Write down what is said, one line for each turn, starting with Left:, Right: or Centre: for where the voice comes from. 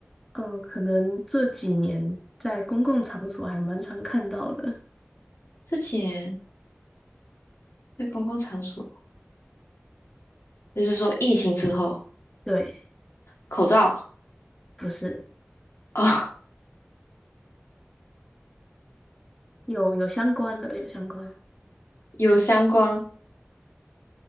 Centre: 嗯，可能这几年在公共场所还蛮常看到的。
Left: 之前在公共场所，就是说疫情之后，
Centre: 对，
Left: 口罩啊。
Centre: 不是，
Left: 哦 <laughs>
Centre: 有有相关的，有相关，
Left: 有相关，